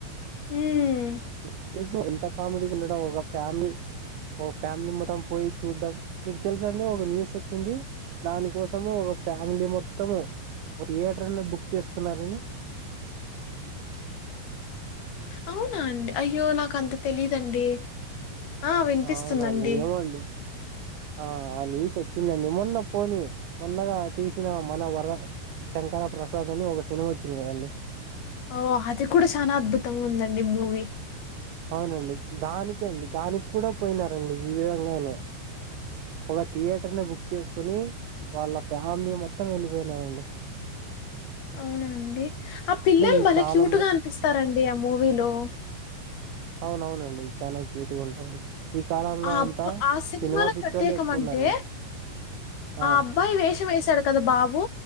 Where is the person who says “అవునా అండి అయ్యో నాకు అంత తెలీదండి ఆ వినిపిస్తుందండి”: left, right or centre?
Left